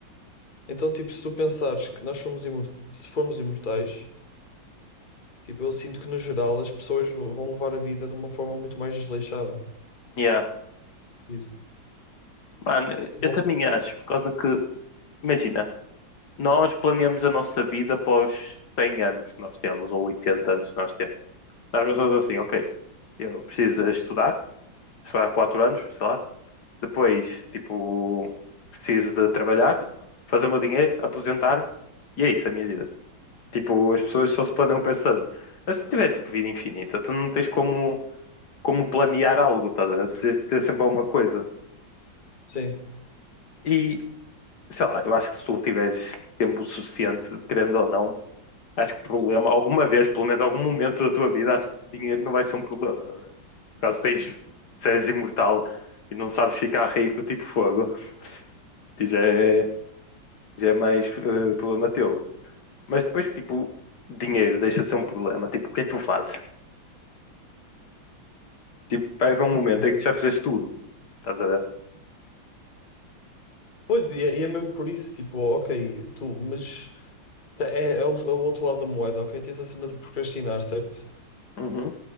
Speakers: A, on the left; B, on the left.
A: Então, tipo, se tu pensares que nós somos imor- se formos imortais, tipo, eu sinto que, no geral, as pessoas v- vão levar a vida de uma forma muito mais desleixada.
B: Yeah.
A: Isso.
B: Mano,
A: Vão...
B: eu também acho, por causa que, imagina, nós planeamos a nossa vida após 100 anos que nós temos, ou 80 anos que nós temos. Nós pensamos assim, ok, eu preciso estudar, estudar 4 anos, sei lá. Depois, tipo, preciso de trabalhar, fazer o meu dinheiro, aposentar-me, e é isso a minha vida. Tipo, as pessoas só se planeiam pensando. Mas se tivesse tipo, vida infinita, tu não tens como, como planear algo, tá? a ver? Tu precisas de ter sempre alguma coisa.
A: Sim.
B: E, sei lá, eu acho que se tu tiveres tempo suficiente, querendo ou não, acho que problema, alguma vez, pelo menos algum momento da tua vida, acho que dinheiro não vai ser um problema, tá? a ver? Caso tens, se és imortal e não sabes ficar rico, tipo fogo, <laughs> tu já é, já é mais eh, problema teu. Mas depois, tipo, dinheiro deixa de ser um problema. Tipo, o que é que tu fazes? Tipo, vai haver um
A: Como
B: momento
A: assim?
B: em que tu já fizeste tudo. Estás a ver?
A: Pois, e é, e é mesmo por isso, tipo, ok, tu, mas. Tá, É, é o, é o outro lado da moeda, ok? Tens a cena de procrastinar, certo?
B: Uhum,